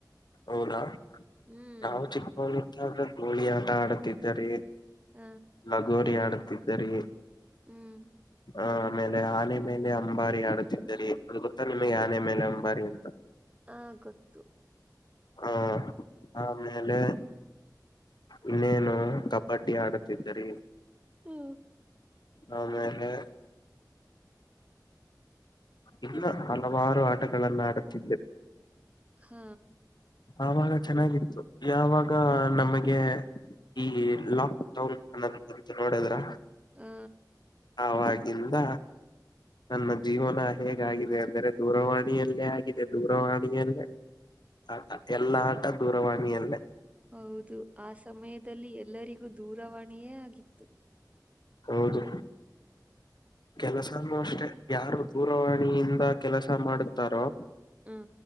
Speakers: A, on the left; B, on the right.
A: ಹೌದಾ
B: ಹ್ಮ್
A: ನಾವು ಚಿಕ್ಕಮಳೂರ್ ಗೋಳಿ ಆಟ ಆಡತಿದ್ದಿದ್ದಾರೆ
B: ಹ
A: ಲಗೋರಿ ಆಡುತ್ತಿದ್ದರೆಯೇ
B: ಹ್ಮ್
A: ಹ ಆಮೇಲೆ ಆನೆ ಮೇಲೆ ಅಂಬಾರಿ ಆಡುತ್ತಿದ್ದರಿ ಅದು ಗೊತ್ತ ನಿಮಗೆ
B: ಹ
A: ಆನೆ ಮೇಲೆ ಅಂಬಾರಿ ಅಂತ
B: ಹ ಗೊತ್ತು
A: ಹಾ ಆಮೇಲೆ ಇನ್ನೇನು ಕಬಡ್ಡಿ ಆಡುತ್ತಿದ್ದರಿ.
B: ಹ್ಮ್
A: ಆದೇಲೆ ಇಲ್ಲ
B: ಹ್ಮ್
A: ಹಲವಾರು ಆಟಗಳನ್ನ ಆಡುತ್ತಿದ್ದೆ
B: ಹೂ
A: ಆವಾಗ ಚೆನ್ನಾಗಿತ್ತು ಯಾವಾಗ ನಮಗೆ ಈ ಲಾಕ್ಡೌನ್ ಅನ್ನೋ ಬಂತ ನೋಡದ್ರಾ.
B: ಹ್ಮ
A: ಆವಾಗಿಂದ ನನ್ನ ಜೀವನಾ, ಹೇಗಾಗಿದೆ ಅಂದರೆ ದೂರವಾಣಿಯಲ್ಲೇ ಆಗಿದೆ ದೂರವಾಣಿಯಲ್ಲೇ ಆಟ ಎಲ್ಲಾ ಆಟ ದೂರವಾಣಿಯಲ್ಲೇ
B: ಹೌದು ಆ ಸಮಯದಲ್ಲಿ ಎಲ್ಲರಿಗೂ ದೂರವಾಣಿಯೇ ಆಗಿತ್ತು.
A: ಹೌದು ಕೆಲಸಾನೂ ಅಷ್ಟೆ ಯಾರು ದೂರವಾಣಿಯಿಂದ ಕೆಲಸ ಮಾಡುತ್ತಾರೋ
B: ಹ್ಮ